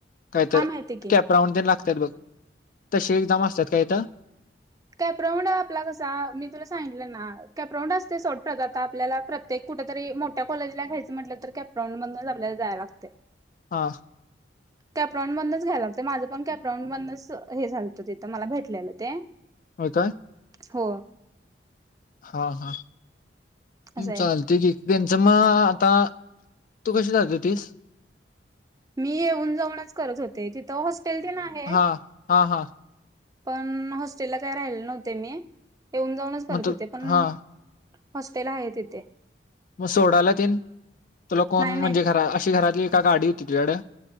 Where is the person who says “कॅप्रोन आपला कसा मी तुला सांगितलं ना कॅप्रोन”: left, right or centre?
Right